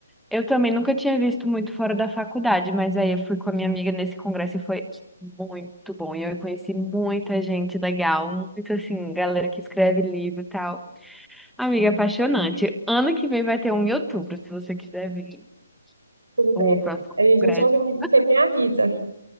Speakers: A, in the centre; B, on the right (about 90°).
A: Eu também nunca tinha visto muito fora da faculdade, mas aí eu fui com a minha amiga nesse congresso e foi muito bom. E eu conheci muita gente legal, muito assim, galera que escreve livro e tal. Amiga, apaixonante. Ano que vem vai ter um em outubro, se você quiser vir,
B: Tudo bem.
A: o próximo
B: Aí a gente
A: congresso.
B: organiza, você me avisa.